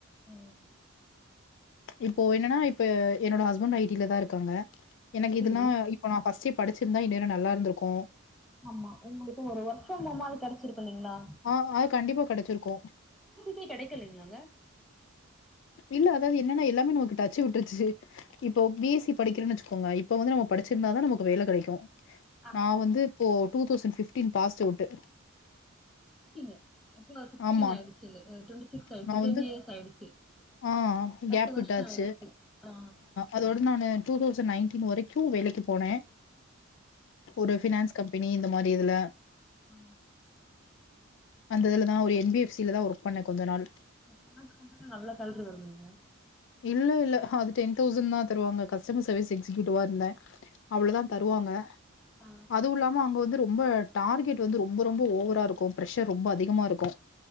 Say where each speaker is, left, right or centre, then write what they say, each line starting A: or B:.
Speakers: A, in the centre; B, on the left (about 60°).
A: ம்
B: இப்போ என்னனா இப்ப என்னோட ஹஸ்பண்ட் ஐ டிலதா இருக்காங்க எனக்கு
A: சரிங்க
B: இதெல்லா இப் இப்ப நா ஃபஸ்ட்டே படிச்சிருந்தா இந்நேரோ நல்லாருந்துருக்கு
A: ஆம்மா உங்களுக்கு ஒரு ஒர்க் ஃப்ரம் ஹோம் மாரி கெடச்சிருக்கு இல்லிங்ளா
B: ஆ அது கண்டிப்பா கெடச்சிருக்கு
A: கே கெடைக்கலைங்ளாங்க
B: இல்ல அதாது என்னனா எல்லாமே நமக்கு டச்சு விட்ருச்சு இப்போ பி எஸ் சி படிக்கிறன் வெச்சுகோங்க இப்ப வந்து நம்ம படிச்சிருந்தாதா நமக்கு வேல கெடைக்கு
A: ஆமா
B: நா வந்து இப்போ two thousand fifteen passed out
A: கீழ இப்போ சீக்ஸ்டீன்
B: ஆமா.
A: ஆயிடுச்சு இல்லே அ டுவெண்ட்டி சிக்ஸ் ஆயிடுச்சி
B: நான்
A: டென்
B: வந்து
A: இயர்ஸ் ஆயிடுச்சி
B: ஆ
A: பத்து
B: கேப்
A: வருசோ
B: விட்டாச்சு.
A: ஆயிடுத்து ஆ
B: அதோட நா டூ தௌசண்ட் நைன்டீன் வரைக்கு வேலைக்கு போனே ஒரு பினான்ஸ் கம்பெனி இந்த மாதிரி இதுல
A: ஆ
B: அந்த இதுலதா ஒரு என் பி எஃப் சிலதா ஒர்க் பண்ணே கொஞ்ச நாள்
A: இந்த ஃபினான்ஸ் கம்பெனில நல்ல சேல்ரி வருதுங்ளா
B: இல்ல இல்ல அது டென் தௌசண்ட்தா தறுவாங்க கஸ்டமர் சர்வீஸ் எக்ஸிகயூட்டிவா இருந்தே அவ்ளோதா
A: அப்படிங்க
B: தருவாங்க
A: ஆ
B: அதுவு இல்லாம அங்க வந்து ரொம்பட் டார்கெட்டு வந்து ரொம்ப ரொம்ப ஓவரா இருக்கு ப்ரெஷர் ரொம்ப அதிகமா இருக்கு